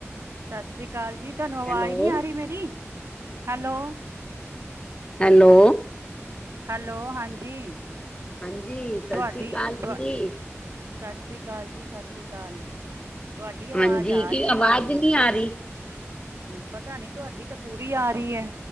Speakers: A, on the right; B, on the left.
A: ਸਤਿ ਸ੍ਰੀ ਅਕਾਲ ਜੀ। ਤੁਹਾਨੂੰ ਆਵਾਜ਼
B: ਹੈਲੋ
A: ਨੀ ਆ ਰਹੀ ਮੇਰੀ ਹੈਲੋ,
B: ਹੈਲੋ,
A: ਹੈਲੋ, ਹਾਂਜੀ
B: ਹਾਂਜੀ, ਸਤਿ
A: ਤੁਹਾਡੀ
B: ਸ੍ਰੀ ਅਕਾਲ
A: ਤੁ
B: ਜੀ।
A: ਸਤਿ ਸ਼੍ਰੀ ਅਕਾਲ ਜੀ, ਸਤਿ ਸ਼੍ਰੀ ਅਕਾਲ। ਤੁਹਾਡੀ ਆਵਾਜ਼
B: ਹਾਂਜੀ
A: ਆ
B: ਕੀ
A: ਰਹੀ ਹੈ
B: ਆਵਾਜ਼
A: ਮੈਨੂੰ ਪੂਰੀ
B: ਨਹੀਂ ਆ
A: ਆਹੀ,
B: ਰਹੀ
A: ਨਹੀਂ ਪਤਾ ਨੀ ਤੁਹਾਡੀ ਤਾਂ ਪੂਰੀ ਆ ਰਹੀ ਹੈ।